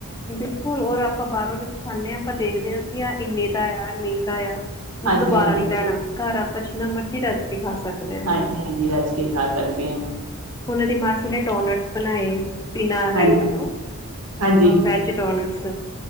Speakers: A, on the left; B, on the right.
A: ਬਿਲਕੁਲ, ਔਰ ਆਪਾਂ ਬਾਹਰੋਂ ਜਦੋਂ ਖਾਂਨੇ ਆ ਆਪਾਂ ਦੇਖਦੇ ਹਾਂ, ਵੀ ਆ ਇੰਨੇ ਦਾ ਆ ਮਹਿੰਗਾ ਆ।
B: ਹਾਂਜੀ-ਹਾਂਜੀ
A: ਦੁਬਾਰਾ ਨੀ ਲੈਣਾ, ਘਰ ਆਪਾਂ ਜਿਨਾ ਮਰਜੀ ਰੱਜ ਕੇ ਖਾ ਸਕਦੇ ਆ
B: ਹਾਂਜੀ, ਰਾੱਜ ਕੇ ਖਾ ਸਕਦੇ ਹਾਂ।
A: ਹੁਨ ਏਦੀ ਮਾਸੀ ਨੇ ਡੋਨਟ ਬਨਾਏ। ਬਿਨਾਂ
B: ਹਾਂਜੀ,
A: ਐਗ ਤੋਂ,
B: ਹਾਂਜੀ,
A: ਵੇਜ ਡੋਨਟਸ